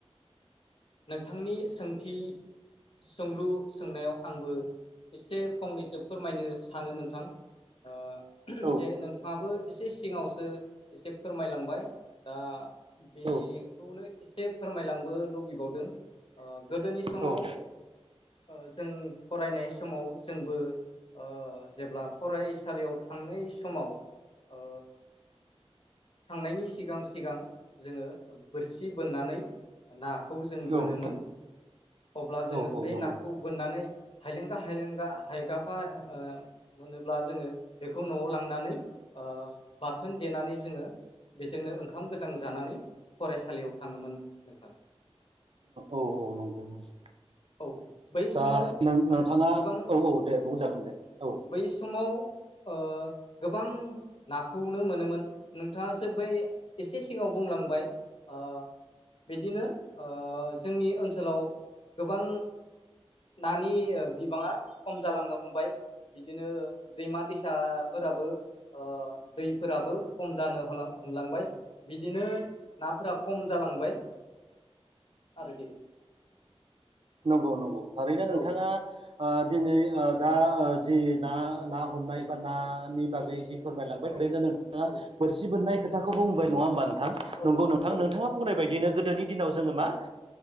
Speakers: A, on the left (about 60°); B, on the right (about 60°).
A: नोंथांनि सोंथि सोंलु सोंनायाव आंबो एसे फंनैसो फोरमायनो सानो नोंथां। ओ
B: औ
A: जे नोंथाङाबो एसे सिगाङावसो एसे फोरमायलांबाय दा बेखौनो
B: औ
A: एसे फोरमायलांबो लुबै बावदों। ओ गोदोनि समाव
B: औ
A: ओ जों फरायनाय समाव जोंबो ओ जेब्ला फरायसालियाव थांनाय समाव।
B: <inaudible>
A: ओ थांनायनि सिगां सिगां जोङो बोरसि बोननानै नाखौ जों बोनोमोन,
B: औ
A: अब्ला जोङो
B: औ
A: बे
B: नंगौ
A: नाखौ बोननानै। हायलेंगा हायलेंगा हायगाफा ओ मोनोब्ला जोङो बेखौ न'आव लांनानै ओ बाथोन देनानै जोङो बेजोंनो ओंखाम गोजां जानानै फरायसालियाव थाङोमोन नोंथां।
B: औ औ नंगौ नंगौ।
A: औ बै
B: दा
A: समाव
B: नों-नोंथाङा
A: गोबां
B: औ औ दे बुंजागोन दे औ।
A: बै समाव ओ गोबां नाखौनो मोनोमोन नोंथाङासो बे एसे सिगाङाव बुंलांबाय ओ बिदिनो ओ जोंनि ओनसोलाव गोबां नानि बिबाङा खम जालांनो हमबाय। बिदिनो दैमा दैसाफोराबो ओ दैफोराबो खम जानो हला हमलांबाय बिदिनो नाफोरा खम जालांबाय आरोखि।
B: नंगौ नंगौ थारैनो नोंथाङा
A: औ
B: ओ दिनै ओ दा ओ जि ना ना हमनाय बा नानि बागै जि फोरमायलांबाय थारैनो
A: औ
B: नोंथाङा
A: औ
B: बोरसि बोननाय खोथाखौबो बुंबाय
A: औ
B: नङा होमबा नोंथां?
A: औ
B: नंगौ नोंथां
A: औ
B: नोंथाङा बुंनाय बायदिनो गोदोनि दिनाव जोङो मा